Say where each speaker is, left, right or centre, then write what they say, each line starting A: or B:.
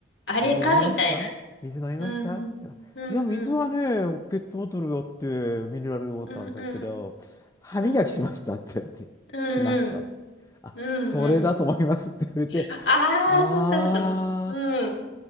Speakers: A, on the left; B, on the left.
A: あれかみたいな。
B: 水飲みました水飲みましたって言ったら、
A: うんうん。うんうん。
B: いや、水はね、ペットボトルがあって、ミネラルウォーターなんですけど、
A: うんうん。
B: 歯磨きしましたって言われて、
A: うんう
B: しました。
A: ん。
B: あ、
A: うんうん。
B: それだと思いますって言われて、
A: ああー、
B: あ
A: そっかそっか。まうん。